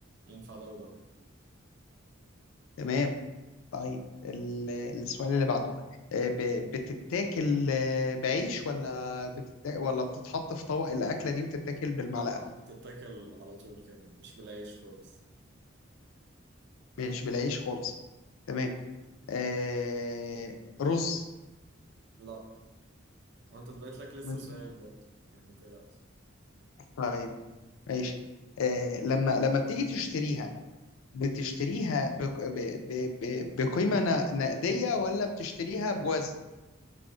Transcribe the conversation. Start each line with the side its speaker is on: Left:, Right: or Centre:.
Right: ينفع ده وده
Left: تمام طيب ال- السؤال اللي بعده آه، ب- بتتاكل آه، بعيش ولا بتتاكل ولا بتتحط في طبق الأكلة دي وتتاكل بالمعلقة
Right: لا لا تتاكل على طول كان مش بالعيش خالص
Left: مش بالعيش خالص تمام آه، رز
Right: لا وانت بقيت لك لسه
Left: ماشي.
Right: سؤال برضه يعني ما تقلقش
Left: طيب ماشي آه، لما لما بتيجي تشتريها بتشتريها بق- ب- ب- ب- بقيمة ن- نقدية ولا بتشتريها بوزن